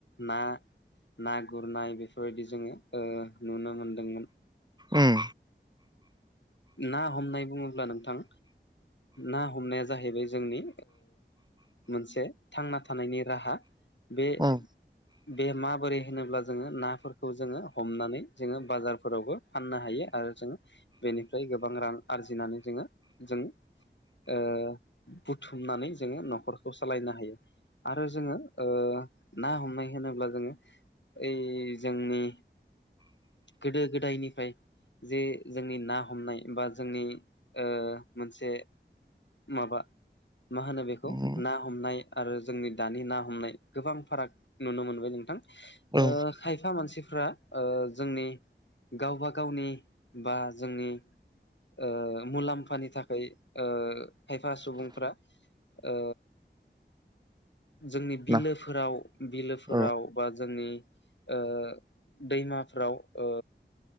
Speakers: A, on the left; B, on the right.
A: ना ना गुरनाय बेफोरबायदि जोङो नुनो मोनदोंमोन
B: उम
A: ना हमनाय बुङोब्ला नोंथां ना हमनाया जाहैबाय जोंनि मोनसे थांना थानायनि राहा बे
B: उम
A: बे माबोरै होनोब्ला जोङो नाफोरखौ जोङो हमनानै जोङो बाजारफोरावबो फाननो हायो आरो जों बेनिफ्राय गोबां रां आरजिनानै जोङो जों ओ बुथुमनानै जोङो न'खरखौ सालायनो हायो आरो जोङो ना हमनाय होनोब्ला जोङो ओइ जोंनि गोदो गोदायनिफ्राय जे जोंनि ना हमनाय बा जोंनि ओ मोनसे माबा मा होनो बेखौ
B: उम
A: ना हमनाय आरो जोंनि दानि ना हमनाय गोबां फाराग नुनो मोनबाय नोंथां
B: औ
A: खायफा मानसिफ्रा जोंनि गावबा गावनि बा जोंनि ओ मुलाम्फानि थाखाय खायफा सुबुंफ्रा ओ जोंनि बिलोफोराव
B: ना
A: बिलोफोराव
B: औ
A: बा जोंनि ओ दैमाफ्राव ओ